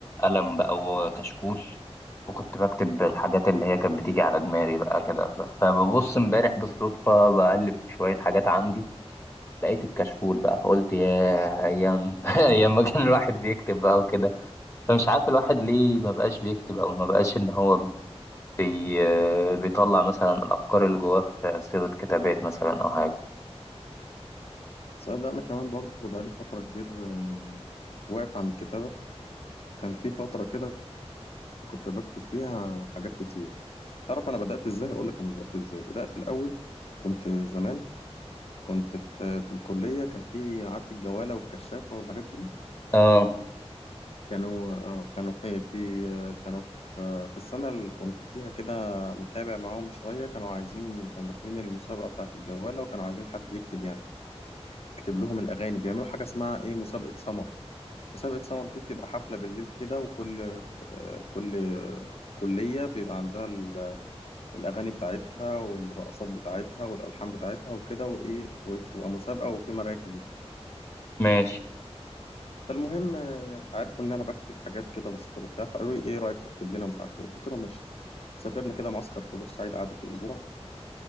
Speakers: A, on the left (about 25°); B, on the left (about 65°).
A: قلم بقى وكشكول وكنت بكتب الحاجات اللي هي كانت بتيجي على دماغي بقى كده ف- فببص امبارح بالصدفه بقلب في شويه حاجات عندي لقيت الكشكول بقى فقلت ياه ايام <laughs> ايام ما كان الواحد بيكتب بقى وكده فمش عارف الواحد ليه ما بقاش بيكتب او ما بقاش ان هو بي... بيطلع مثلا الأفكار اللي جواه في صيغة كتابات مثلا أو حاجة
B: صدق انا كمان برضه بقالي فتره كبير آه، واقف عن الكتابه كان في فتره كده كنت بكتب فيها حاجات كتير تعرف انا بدات ازاي اقول لك انا بدات ازاي بدات الاول كنت زمان كنت في في الكليه كان في عارف الجواله والكشافه والحاجات دي
A: اه
B: كانوا آه، كانوا في في آه، كانوا في في السنة اللي كنت فيها كده متابع معاهم شوية كانوا عايزين كانوا داخلين المسابقة بتاعة الجوالة وكانوا عايزين حد يكتب يعني يكتب لهم الأغاني بيعملوا حاجة اسمها إيه مسابقة سمر مسابقة سمر دي بتبقى حفلة بالليل كده وكل آه، كل كلية بيبقى عندها ال- الأغاني بتاعتها والرقصات بتاعتها والألحان بتاعتها وكده وإيه وبتبقى مسابقة وفي مراكز وكده
A: ماشي
B: فالمهم آه، عرفوا ان انا بكتب حاجات كده بسيطه وبتاع فقالوا لي ايه رايك تكتب لنا مش عارف ايه قلت لهم ماشي سافرنا كده معسكر في بورسعيد قعدة في اسبوع